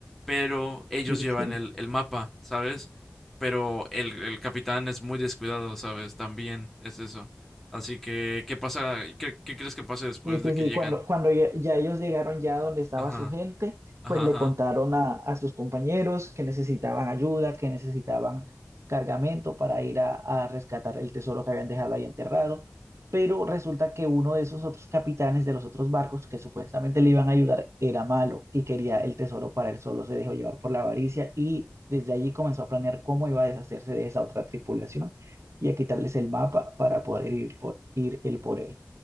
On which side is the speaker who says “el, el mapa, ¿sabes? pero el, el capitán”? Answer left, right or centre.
Centre